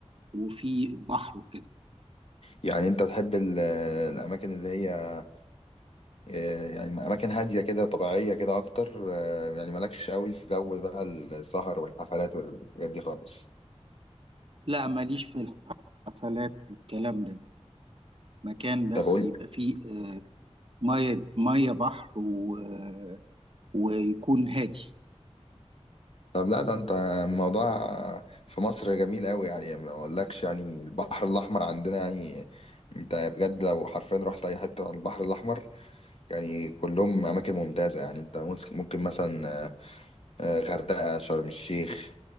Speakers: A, on the right; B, on the left.
A: وفي بحر وكده
B: يعني انت بتحب ال- الاماكن اللي هي آه، يعني اماكن هادية كده طبيعية كده اكتر آه، يعني مالكش قوي في جو بقى السهر والحفلات والحاجات دي خالص
A: لا ماليش في الحفلات والكلام ده مكان بس
B: طب قول
A: يبقى فيه آه، ميه ميه بحر و- آه، ويكون هادي
B: طب لا ده انت الموضوع في مصر جميل قوي يعني ما اقولكش يعني البحر الاحمر عندنا يعني انت بجد لو حرفيا رحت اي حته على البحر الاحمر يعني كلهم اماكن ممتازه يعني انت ممكن ممكن مثلا آه، آه، غردقه شرم الشيخ